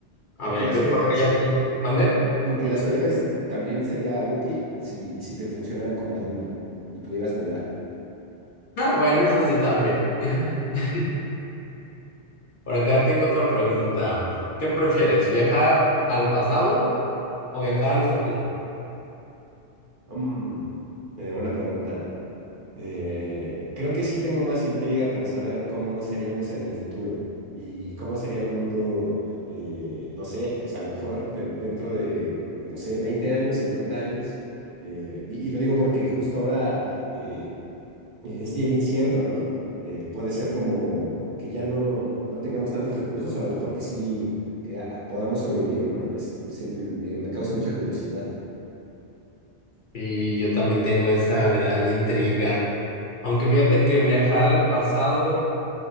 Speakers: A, on the left; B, on the right.
A: A
B: Aunque
A: ver,
B: las
A: yo
B: orejas...
A: por porque ya tengo... ¿Mande?
B: Aunque las orejas también sería útil si, si te funcionaran como a Dumbo y pudieras volar.
A: Ah, bueno, eso sí también. <laughs> Por acá tengo otra pregunta. ¿Qué prefieres, viajar al pasado o viajar al futuro?
B: Mm, eh, buena pregunta. Eh, creo que sí tengo más intriga por saber cómo seríamos en el futuro y, y cómo sería el mundo, eh, no sé, pues a lo mejor te- dentro de, no sé, 20 años, 50 años. Eh, y, y lo digo porque justo ahora eh, eh, es bien incierto, ¿no? Eh, puede ser como que ya no, no tengamos tantos recursos, o a lo mejor que sí, que a- a- podamos sobrevivir, ¿no? Es, sí, me, me causa mucha curiosidad.
A: Y yo también tengo esa gran intriga. Aunque fíjate que viajar al pasado,